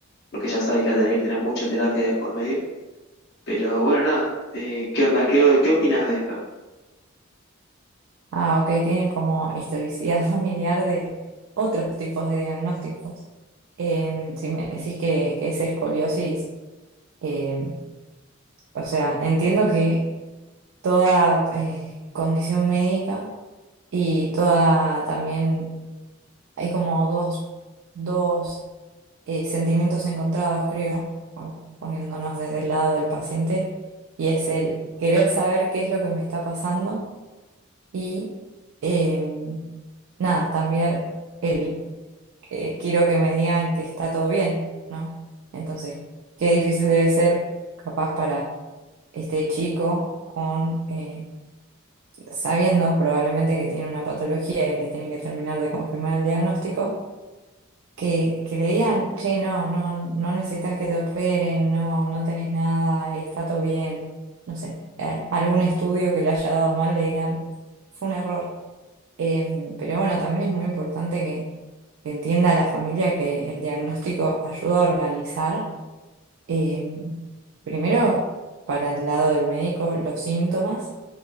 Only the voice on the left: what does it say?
porque ya sabe que va a tener que tener mucha terapia de por medio. Pero bueno, nada, eh, ¿qué onda? ¿Qué, qué opinas de esto?